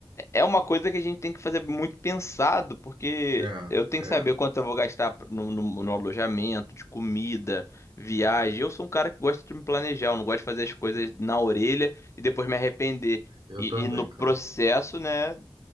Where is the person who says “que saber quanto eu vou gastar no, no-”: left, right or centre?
Left